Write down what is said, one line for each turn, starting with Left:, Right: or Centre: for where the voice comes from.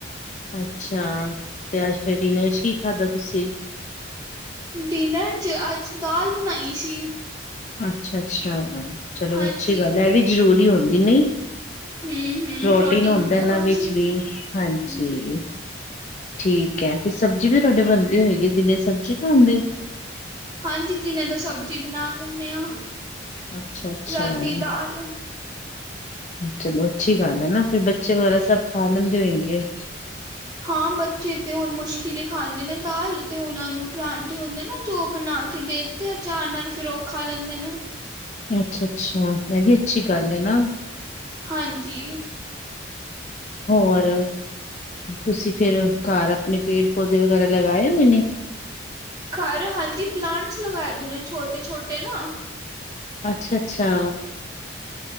Left: ਅੱਛਾ, ਤੇ ਅੱਜ ਫਿਰ ਡਿਨਰ ਚ ਕੀ ਖਾਧਾ ਤੁਸੀਂ।
Right: ਡਿਨਰ ਚ ਅੱਜ ਦਾਲ ਬਣਾਈ ਸੀ।
Left: ਅੱਛਾ ਅੱਛਾ ਚਲੋ
Right: ਹਾਂਜੀ।
Left: ਅੱਛੀ ਗੱਲ ਹੈ, ਇਹ ਵੀ ਜ਼ਰੂਰੀ ਹੁੰਦੀ ਨਹੀਂ।
Right: ਹੂੰ ਹੂੰ,
Left: ਪ੍ਰੋਟੀਨ ਹੋਂਦਾ
Right: ਹੁੰਦਾ
Left: ਹੈ, ਇਹਨਾਂ
Right: ਕਾਫੀ,
Left: ਵਿੱਚ ਵੀ, ਹਾਂਜੀ।
Right: ਹੂੰ।
Left: ਠੀਕ ਹੈ ਫਿਰ ਸਬਜ਼ੀ ਵੀ ਤੁਹਾਡੇ ਬਣਦੀ ਹੋਏਗੀ, ਦਿਨੇ ਸਬਜ਼ੀਾਉਂਦੇ ਔ।
Right: ਹਾਂਜੀ ਦਿਨੇ ਤਾਂ ਸਬਜ਼ੀ ਬਣਾ ਲੈਂਦੇ ਹਾਂ।
Left: ਹੋ? ਅੱਛਾ ਅੱਛਾ
Right: ਰਾਤੀ ਦਾਲ ਹੂ
Left: ਚਲੋ ਅੱਛੀ ਗੱਲ ਹੈ ਨਾ, ਫਿਰ ਬੱਚੇ ਵਗੈਰਾ ਸਭ ਖਾ ਲੈਂਦੇ ਹੋਏਗੇ।
Right: ਹਾਂ ਬੱਚੇ ਤੇ ਹੁਣ ਮੁਸ਼ਕਿਲ ਕਿਲੇ ਖਾਂਦੇ ਨੇ ਦਾਲ, ਤੇ ਉਹਨਾਂ ਨੂੰ ਪਰਾਂਠੇ ਹੁੰਦੇ ਨਾ, ਜੋ ਬਣਾ ਕੇ ਦੇ ਦਿੱਤੇ ਅਚਾਰ ਨਾਲ ਫਿਰ ਉਹ ਖਾ ਲੈਂਦੇ ਨੇ
Left: ਅੱਛਾ ਅੱਛਾ, ਇਹ ਵੀ ਅੱਛੀ ਗੱਲ ਹੈ ਨਾ।
Right: ਹਾਂਜੀ
Left: ਹੋਰ, ਤੁਸੀਂ ਫੇਰ ਘਰ ਆਪਣੇ ਪੇੜ ਪੌਦੇ ਵਗੈਰਾ ਲਗਾਏ ਹੋਏ ਨੇ।
Right: ਘਰ ਹਾਂਜੀ ਪਲਾਂਟਸ ਲਗਾਏ ਦੇ ਨੇ ਛੋਟੇ- ਛੋਟੇ ਨਾ।
Left: ਅੱਛਾ -ਅੱਛਾ